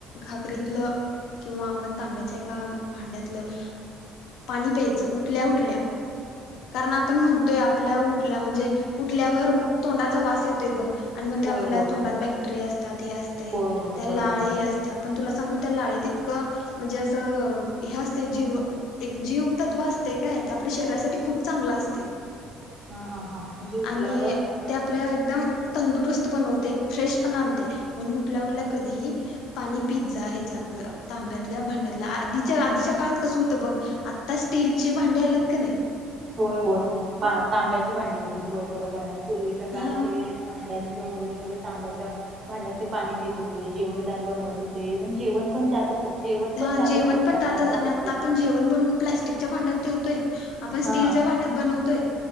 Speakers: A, on the left; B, on the right.
A: घागरीत किंवा आपण तांब्याच्या एका भांड्यातलं पाणी प्यायचं उठल्या उठल्या कारण आपण म्हणतोय आपल्या उठल्या म्हणजे उठल्यावर तोंडाचा वास येतोय बघ आणि म्हणतोय
B: होय
A: आपल्या
B: होय
A: तोंडात बॅक्टेरिया असतात ह असते
B: होय होय
A: त्या लाळ
B: बरोबर आहे
A: ही असते आपण तुला सांगू त्या लाळेत इत म्हणजे असं हे असते जीव एक जीव तत्व असते काय ते आपल्या शरीरासाठी खूप खूप चांगलं असतय
B: हा हा हा म्हणजे उठल्यावर
A: आणि
B: आपण
A: ते आपल्या एकदम तंदुरुस्त बनवते फ्रेशपणा आणतय, म्हणून उठल्या उठल्या कधीही पानी पीत जा ह्याच्यातलं. तांब्यातल्या भांड्यातलं. आदी - आदीच्या काळात कस होत बघ. आत्ता स्टीलची भांडी आल्यात क नाय?
B: होय, होय. ता.. तांब्याची भांडी होती. व्हय बघ. रोबर हाय. पूर्वीच्या काळात
A: हा
B: सगळे, म्हातारे.. सर्व ते वैगरे सगळे ते तांब्याच्या भांड्यात ते पानी पीत होते. जेवण त्यात बनवत होते. एव्हन जेवण पन त्यातच जेवत पण
A: हा
B: त्यातच
A: जेवण
B: होत
A: पण त्याातच आणि
B: बघते
A: आता आपण जेवण बनवून प्लास्टिक च्या भांड्यात ठेवतोय. आपण स्टीलच्या
B: हा
A: भांड्यात बनतोय.